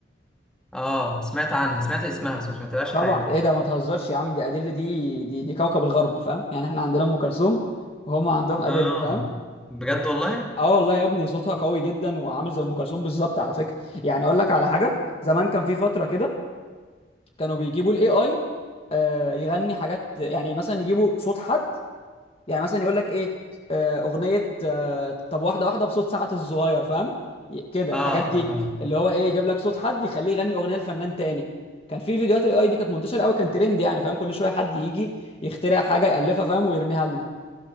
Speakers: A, in the centre; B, on the left (about 30°).
A: اه سمعت عنها سمعت اسمها بس ما سمعتلهاش
B: طبعا
A: حاجة
B: ايه ده ما تهزرش يا عم دي ادله دي دي دي كوكب الغرب فاهم يعني احنا عندنا ام كلثوم وهم عندهم ادله
A: اه
B: فاهم
A: بجد والله؟
B: اه والله يا ابني صوتها قوي جدا وعامل زي ام كلثوم بالظبط على فكره يعني اقول لك على حاجه زمان كان في فتره كده كانوا بيجيبوا الاي اي يغني حاجات يعني مثلا يجيبوا صوت حد يعني مثلا يقول لك ايه آه، اغنيه آه، طب واحده واحده بصوت سعد الصغير فاهم ي- كده
A: اه
B: الحاجات
A: اه
B: دي
A: اه
B: اللي هو ايه يجيب لك صوت حد يخليه يغني اغنيه لفنان تاني كان في فيديوهات الاي اي دي كانت منتشره قوي كان ترند يعني فاهم كل شويه حد يجي يخترع حاجه يالفها فاهم ويرميها لنا